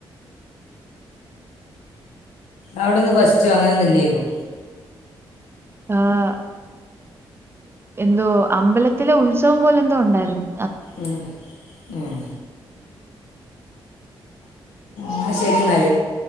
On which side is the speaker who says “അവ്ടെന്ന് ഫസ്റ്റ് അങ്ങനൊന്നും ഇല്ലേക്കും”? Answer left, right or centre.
Left